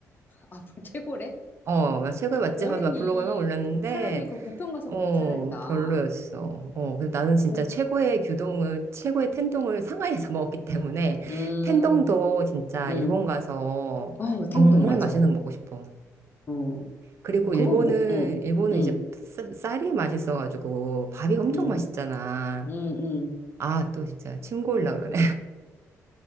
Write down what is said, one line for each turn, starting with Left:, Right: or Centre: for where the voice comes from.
Left: 아, <laughs> 최고래?
Right: 어, 막 최고의 맛집
Left: 뭐래니.
Right: 하면서 막 블로그에 막 올렸는데,
Left: 차라리 그 부평 가서
Right: 어,
Left: 먹는 게 차라리 나.
Right: 별로였어. 어, 근데 나는 진짜
Left: 부,
Right: 최고의 규동을, 최고의 텐동을 상하이에서 <laughs> 먹었기 때문에,
Left: 음,
Right: 텐동도 진짜
Left: 음.
Right: 일본 가서
Left: 어, 텐동,
Right: 정말
Left: 맞아.
Right: 맛있는 거 먹고 싶어.
Left: 어.
Right: 그리고
Left: 그거
Right: 일본은,
Left: 뭐, 응,
Right: 일본은
Left: 응,
Right: 이제 쌀- 쌀이 맛있어가지고, 밥이 엄청
Left: 응,
Right: 맛있잖아.
Left: 응, 응,
Right: 아, 또 진짜 침 고일라 그러네.